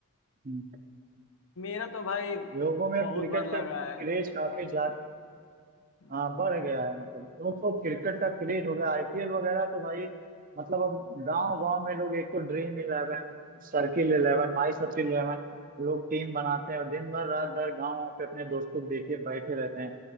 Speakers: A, on the right; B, on the left.
A: हम्म,
B: मेरा तो भाई
A: लोगों में
B: बहुत
A: क्रिकेट
B: बार लगा
A: का
B: है
A: क्रेज काफी ज्यादा
B: हम्म,
A: हाँ बढ़ गया है मतलब लोग तो क्रिकेट का क्रेज हो गया आईपीएल वगैरह तो भाई मतलब अब गांव गांव में लोग एक तो Dream Eleven circle eleven my circle eleven लोग टीम बनाते हैं और दिन भर रात भर गाँव पे अपने दोस्तों को देखे बैठे रहते हैं